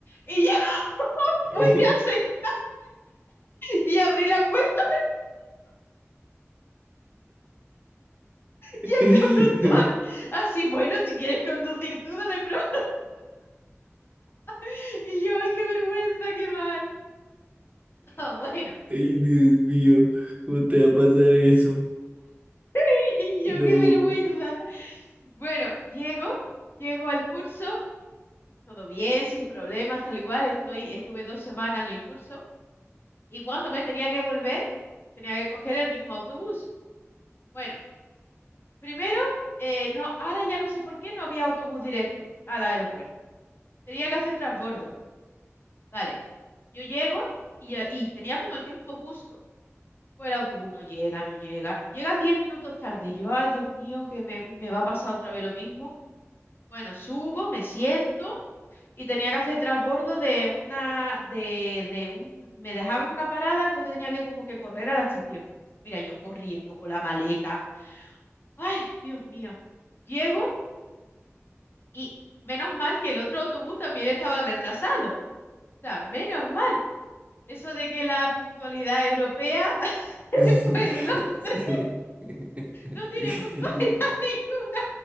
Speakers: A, on the left; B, on the right.
A: Y ya <laughs>
B: <laughs>
A: fui a se- y abrí la puerta
B: ¿Qué?
A: y el conductor, así, bueno, si quieres conducir tú, no hay problema. <laughs> Y yo, ay, qué vergüenza, qué mal. <laughs> Ah, bueno,
B: Ay, Dios mío, ¿cómo te va a pasar eso?
A: <laughs> y
B: No.
A: yo, qué vergüenza. Bueno, llego, llego al curso, todo bien, sin problemas, tal y cual, estoy, estuve dos semanas en el curso y cuando me tenía que volver, tenía que coger el mismo autobús. Bueno. Primero, eh, no, ahora ya no sé por qué no había autobús directo al aeropuerto. Tenía que hacer transbordo. Vale, yo llego y, ya- y tenía como el tiempo justo. Pues el autobús no llega, no llega. Llega 10 minutos tarde. Y yo, ay, Dios mío, que me, me va a pasar otra vez lo mismo. Bueno, subo, me siento y tenía que hacer transbordo de una, de, de un, me dejaban una parada, entonces tenía que como que correr a la estación. Mira, yo corriendo con la maleta. Ay, Dios mío. Llego Y menos mal que el otro autobús también estaba retrasado. O sea, menos mal. Eso de que la puntualidad europea, <laughs> pues
B: <laughs>
A: en Londres
B: Sí. <laughs>
A: no tiene puntualidad <laughs> ninguna.